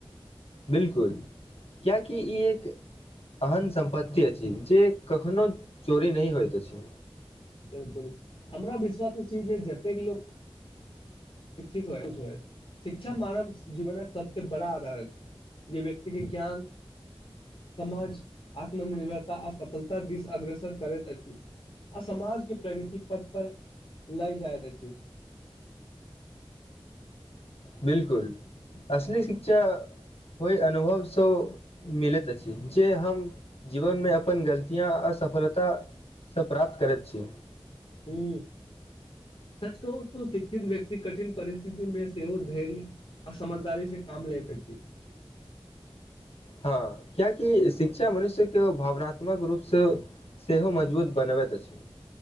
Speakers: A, on the left; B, on the left.
A: बिलकुल कियाकि ई एक एहन सम्पत्ति अछि जे कखनो चोरी नहि होइत अछि
B: बिलकुल हमरा विश्वास अछि जे जतेक लोक शिक्षित शिक्षा मानवक जीवनक सबस बड़ा आधार अछि जे व्यक्ति के ज्ञान समाजक आत्मनिर्भरता आ सफलताकदिस अग्रसर करैत अछि आ समाज के प्रगति पथ पर लागय जाइत अछि
A: बिलकुल अशली शिक्षा होइ अनुभव सँ मिलैत अछि जे हम जीवनमे अपन गलतियाँ असफलताक सँ प्राप्त करैत छी
B: ही सच कहू त शिक्षित व्यक्ति कठिन परिस्थिति मे सेहो धैर्य आ समझदारी से काम लै त अछी
A: हँ कियकि शिक्षा मनुष्य के भावनात्मक रूपसँ सेहो मजबूत बनबैत अछि